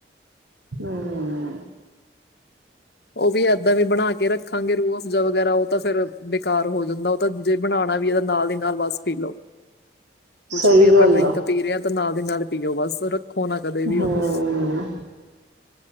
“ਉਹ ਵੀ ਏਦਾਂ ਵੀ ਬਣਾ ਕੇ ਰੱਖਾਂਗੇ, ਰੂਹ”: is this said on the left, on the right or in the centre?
Left